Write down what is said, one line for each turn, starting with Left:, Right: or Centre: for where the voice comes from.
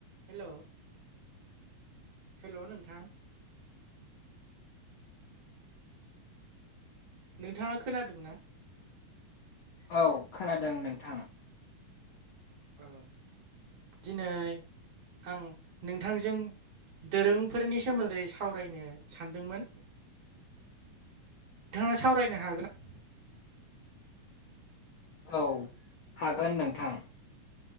Right: हेल' हेल' नोंथां? नोंथाङा खोनादों ना?
Left: औ खोनादों नोंथां।
Right: औ दिनै आं नोंथांजों दोरोंफोरनि सोमोन्दै सावरायनो सानदोंमोन। नोंथाङा सावरायनो हागोन ना
Left: औ हागोन नोंथां।